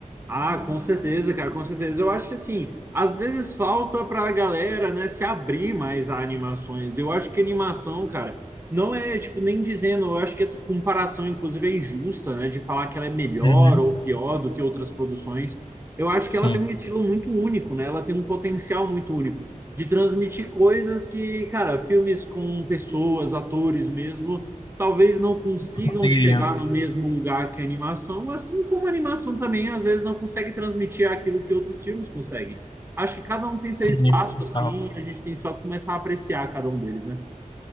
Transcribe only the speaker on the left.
Uhum.
Sim,
eu conseguiria.
Sim,
total.